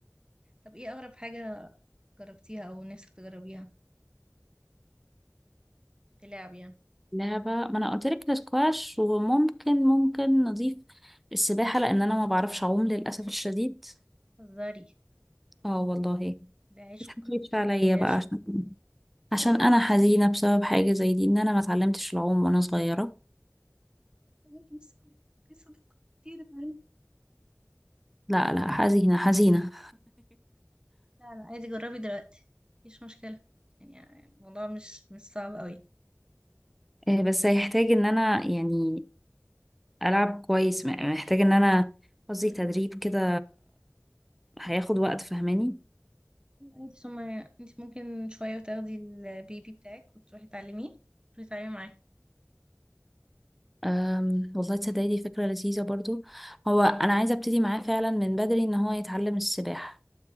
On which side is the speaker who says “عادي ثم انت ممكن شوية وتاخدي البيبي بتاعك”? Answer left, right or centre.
Right